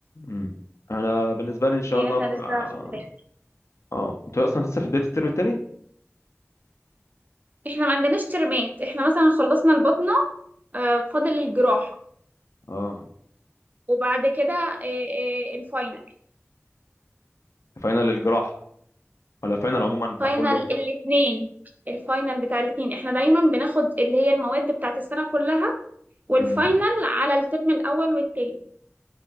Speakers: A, on the left; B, on the right.
A: امم أنا بالنسبة لي إن شاء
B: يعني
A: الله
B: احنا
A: م...
B: لسه
A: آه
B: في البداية
A: آه. أنتوا أصلا لسه في بداية الترم التاني؟
B: احنا ما عندناش ترمات احنا مثلا خلصنا البطنة آه، فاضل الجراحة
A: آه
B: وبعد كده آه، آه، الفاينل
A: فاينل الجراح ولا فاينل عموما بتاع
B: فاينل
A: كله؟
B: الاثنين الفاينل بتاع الاثنين احنا دايما بناخد اللي هي المواد بتاعت السنة كلها والفاينل
A: امم
B: على الترم الاول والتاني